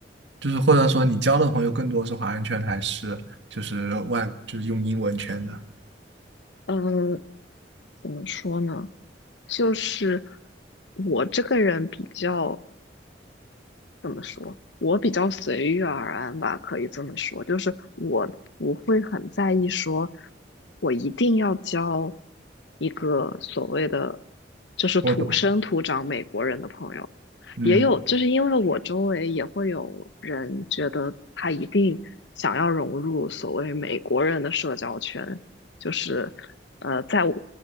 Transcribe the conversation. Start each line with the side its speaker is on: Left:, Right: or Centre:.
Right: 就是或者说你交的朋友更多是华人圈的，还是就是外就是用英文圈的？
Left: 嗯，怎么说呢？就是我这个人比较。怎么说？我比较随遇而安吧，可以这么说。就是我不会很在意说，我一定要交一个所谓的就是土生土长美国人的朋友。
Right: 我懂，嗯，
Left: 也有，就是因为我周围也会有人觉得他一定想要融入所谓美国人的社交圈，就是呃，在我